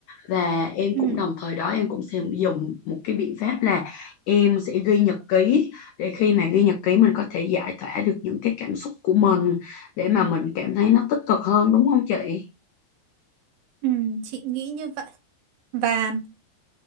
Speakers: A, on the left; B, on the right.
A: và em
B: ừ
A: cũng đồng thời đó em cũng sẽ dùng một cái biện pháp là em sẽ ghi nhật ký để khi mà ghi nhật ký mình có thể giải tỏa được những cái cảm xúc của mình để mà mình cảm thấy nó tích cực hơn đúng không chị?
B: ừ chị nghĩ như vậy và